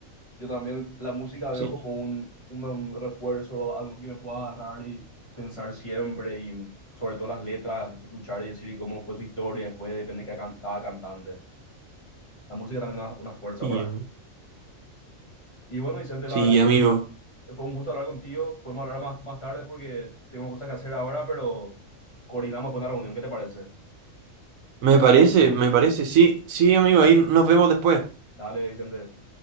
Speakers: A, on the left; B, on the right.
A: Yo también la música veo
B: Sí,
A: como un, un- un refuerzo, algo que me pueda agarrar y pensar siempre, y sobre todo las letras, escuchar y decir y cómo fue su historia, después depende de cada, can- cada cantante. La música también es una, una fuerza
B: y,
A: para...
B: em,
A: Y bueno, Vicente,
B: sí,
A: la verdad
B: amigo.
A: que fue un gusto hablar contigo. Podemos hablar más, más tarde porque tengo cosas que hacer ahora, pero coordinamos después la reunión. ¿Qué te parece?
B: Me parece, me parece. Sí, sí, amigo. Ahí nos vemos después.
A: Dale, Vicente.